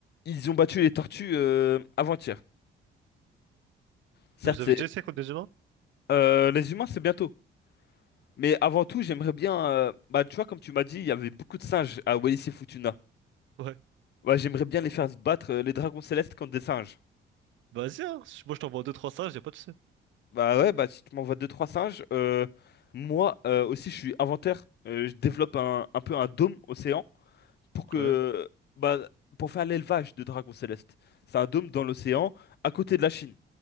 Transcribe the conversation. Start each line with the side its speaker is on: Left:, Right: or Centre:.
Left: ils ont battu les tortues euh, avant-hier. Certes,
Right: Et Vous avez
Left: c'est-
Right: déjà essayé contre des humains?
Left: euh, les humains, c'est bientôt. Mais avant tout, j'aimerais bien, euh, bah, tu vois, comme tu m'as dit, il y avait beaucoup de singes à Wallis et Futuna.
Right: Ouais.
Left: Ouais, j'aimerais bien les faire se battre, euh, les dragons célestes contre des singes.
Right: Vas-y, hein. Si- Moi je t'envoie 2-3 stages, y'a pas de souci.
Left: Bah ouais, bah si tu m'envoies deux trois singes, euh, moi euh, aussi je suis inventaire, euh, je développe un, un peu un dôme océan pour que
Right: Ouais.
Left: bah, pour faire l'élevage de dragons célestes. C'est un dôme dans l'océan à côté de la Chine,